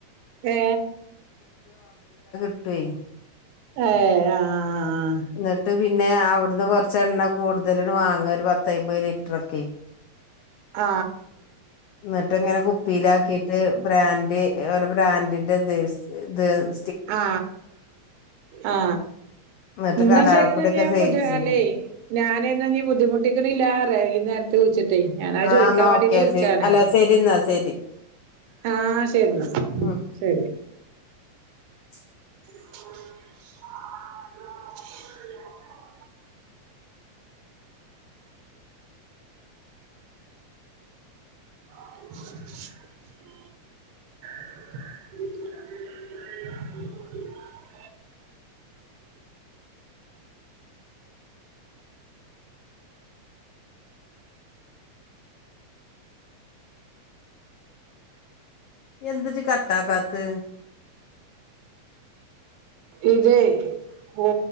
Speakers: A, on the right; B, on the left.
A: ഏ
B: പ്പ് <unintelligible>
A: ആഹ് ആ... ആ ആ
B: എന്നിട്ട് പിന്നെ അവിടന്ന് കൊറച്ചെണ്ണ കൂടുതല് വാങ്ങ് ഒരു പത്തയ്‌മ്പത് ലിറ്ററൊക്കെ
A: ആ
B: എന്നിട്ടിങ്ങനെ കുപ്പീലാക്കീട്ട് ബ്രാൻഡ് അവരുടെ ബ്രാൻഡിൻ്റെ <unintelligible>
A: ആ ആ
B: എന്നിട്ട്
A: ന്നാ
B: കടാൾക്കൂടെ
A: ശരി <unintelligible>
B: ഒക്കെ സെയിൽസ് ചെയ്യ
A: ഞാനേ എന്നാ ബുദ്ധിമുട്ടിക്കണില്ലാ <unintelligible> ഞാൻ അത്
B: ആഹ്
A: ചോദിക്കാൻ
B: എന്നാ
A: വേണ്ടീട്ട്
B: ഓക്കെ
A: വിളിച്ചതാ
B: ശരി അല്ല ശരി എന്നാ ശരി
A: ആ ശരി
B: ഉം
A: ആ
B: <inaudible>
A: <unintelligible> <unintelligible> <unintelligible> <unintelligible>
B: എന്ത് ജ്ജ് കട്ടാക്കാത്ത്.
A: ഇതേ വോ